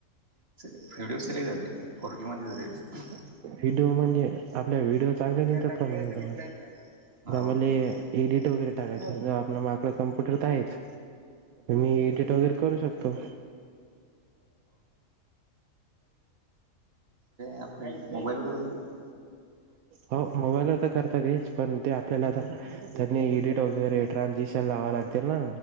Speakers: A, on the right (about 45°); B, on the right (about 80°).
A: रिलंच <unintelligible> फोर के मध्ये जाते.
B: <unintelligible> म्हणजे आपल्या व्हिडिओ चांगले निघतात
A: म्या टाकलाय
B: का मग एकदम
A: तर रिप्लाय नाही आला. हाव.
B: आता मले
A: मी टाकलय-
B: एडिट वगैरे टाकायचं
A: <inaudible> <inaudible>
B: आपला माकडं कम्प्युटर तर आहेच मी एडिट वगैरे करू शकतो
A: आपल्या मोबाईल <unintelligible>
B: हो मोबाईलवर तर करता तेच. पण ते आपल्याला आता त्यातन एडिट वगैरे- <unintelligible> लावाय लागतील ना?